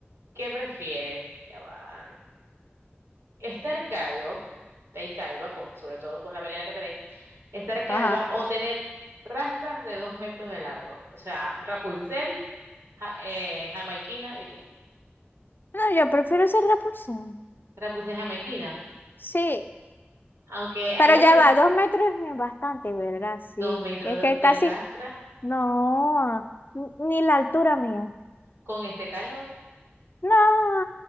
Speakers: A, on the right (about 80°); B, on the left (about 50°).
A: ¿qué prefieres? Ya va. Estar calvo, estar calva, con, sobre todo con la melena que tenés, estar calva
B: Ajá.
A: o tener rastas de dos metros de largo. O sea, Rapunzel, ja- eh, jamaiquina y tú.
B: No, yo prefiero ser repulsión.
A: Rapunzel jamaiquina,
B: Sí,
A: aunque ahí
B: pero
A: va
B: ya
A: a ser
B: va, dos metros es bastante, ¿verdad? Sí,
A: dos metros
B: que,
A: de,
B: que casi,
A: de rastra.
B: no, n- ni la altura mía.
A: con este calor.
B: No,